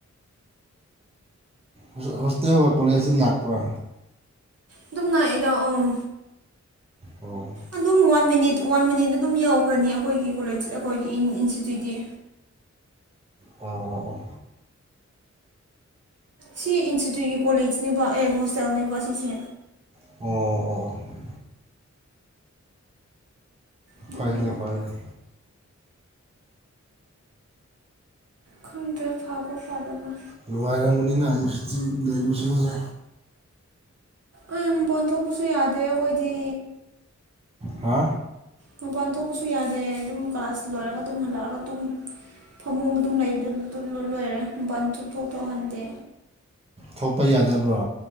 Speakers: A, on the right; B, on the right.
A: ꯑꯩꯖꯨ ꯍꯣꯁꯇꯦꯜꯋꯛ ꯀꯣꯂꯦꯖꯇꯤ ꯂꯥꯛꯄ꯭ꯔꯥ
B: ꯑꯗꯨꯝ ꯅꯛꯏꯗꯥ ꯎꯝ
A: ꯑꯣ
B: ꯑꯗꯨꯝ ꯋꯥꯟ ꯃꯤꯅꯤꯠ ꯋꯥꯟ ꯃꯤꯅꯤꯠꯗ ꯑꯗꯨꯝ ꯌꯧꯈ꯭ꯔꯅꯤ ꯑꯩꯈꯣꯏꯒꯤ ꯀꯣꯂꯦꯖ ꯑꯩꯈꯣꯏꯒꯤ ꯏꯟ ꯏꯟꯁꯇꯤꯇ꯭ꯌꯨꯠꯇꯤ
A: ꯑꯣ ꯑꯣ
B: ꯁꯤ ꯏꯟꯁꯇꯤꯇ꯭ꯌꯨꯠꯀꯤ ꯀꯣꯂꯦꯖꯅꯦꯕ ꯑꯦ ꯍꯣꯁꯇꯦꯜꯅꯦꯕ ꯁꯤꯁꯦ
A: ꯑꯣ ꯑꯣ ꯑꯣ
B: ꯑꯗꯨꯒꯤ
A: ꯐꯩꯅꯦ ꯐꯕꯗꯤ
B: ꯈꯪꯗ꯭ꯔꯦ ꯐꯥꯕꯔꯥ ꯐꯥꯗꯕꯥꯔꯥ
A: ꯅꯨꯡꯉꯥꯏꯔꯝꯒꯅꯤꯅ ꯏꯟꯁꯇꯤꯇ꯭ꯌꯨꯠ ꯂꯩꯕꯥꯁꯤꯡꯁꯦ
B: ꯑꯩ ꯃꯥꯄꯥꯟꯊꯣꯛꯄꯁꯨ ꯌꯥꯗꯦ ꯑꯈꯣꯏꯗꯤ
A: ꯍꯥ
B: ꯃꯄꯥꯟ ꯊꯣꯛꯄꯁꯨ ꯌꯥꯗꯦ ꯑꯗꯨꯝ ꯀ꯭ꯂꯥꯁ ꯂꯣꯏꯔꯒ ꯑꯗꯨꯝ ꯍꯜꯂꯛꯑꯥꯒ ꯇꯨꯝ ꯐꯥꯃꯨꯡꯗ ꯑꯗꯨꯝ ꯂꯩꯕꯗꯨ ꯂꯣꯏꯔꯦ ꯃꯥꯄꯥꯟ ꯊꯣꯛ ꯊꯣꯛꯍꯟꯗꯦ
A: ꯊꯣꯛꯄ ꯌꯥꯗꯕ꯭ꯔꯣ